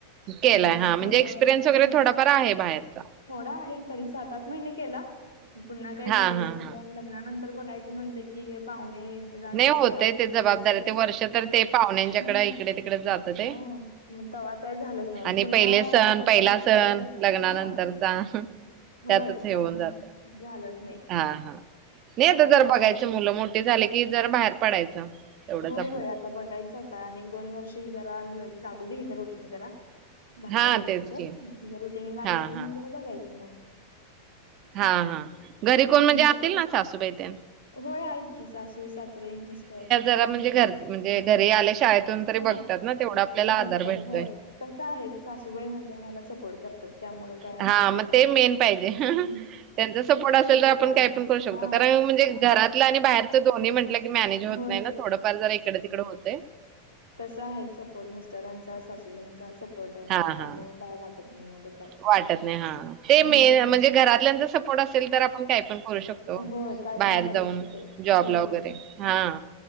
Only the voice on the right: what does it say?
केलाय
हा म्हणजे
एक्सपिरियन्स वगैरे
थोडाफार आहे बाहेरचा
हा
हा
हा
नाही
होतय
ते जबाबदारी
ते वर्ष तर ते पाहुण्यांच्याकड
इकडे तिकडे जात ते
आणि
पहिले सण,
पहिला सण
लग्नानंतरचा
त्यातच हे
होऊन जात.
हा हा, नाही
आता जरा बघायचं
मुलं मोठे झाले की, जरा बाहेर पडायचं. तेवढंच
आपलं
हा
तेच
की
हा
हा
हा हा. घरी कोण
म्हणजे असतील
ना, सासूबाई त्या
खरं
म्हणजे घरी आले शाळेतून तरी
बघतात ना, तेवढा आपल्याला आधार
भेटतो.
हा,
मग
ते
मेन पाहिजे.
त्यांचा सपोर्ट असेल
तर, आपण काय
पण करू शकतो,
कारण म्हणजे घरातलं आणि बाहेरचं दोन्ही म्हटलं की, मॅनेज होत
नाही ना,
थोडंफार जरा इकडं तिकडं होतय.
हां,
हां.
वाटत नाही हां. ते
मेन म्हणजे घरातल्यांचा सपोर्ट असेल तर, आपण काही पण करू शकतो. ओ
बाहेर
जाऊन
जॉबला
वगैरे.
हा